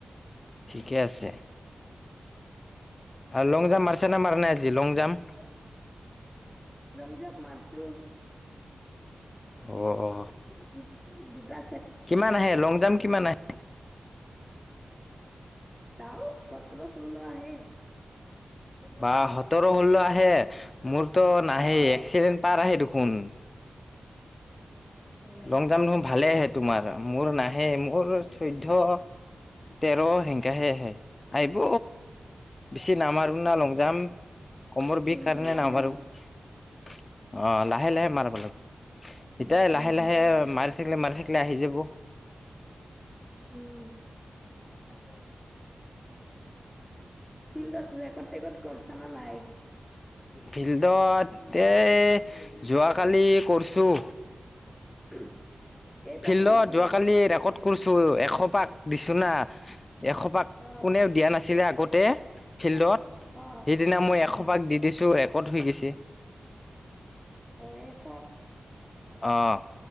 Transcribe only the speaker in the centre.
লং জাপ মাৰছোঁ।
দু-দুটা
<unintelligible> সতৰ ষোল্ল আহে।
অ
অ
উম
লাহে
উম
উম ফিল্ডত ৰেকৰ্ড-টেকৰ্ড কৰছা না নাই?
<unintelligible>
মাৰছি
অ',
অ'।
অ',
অ', এশ?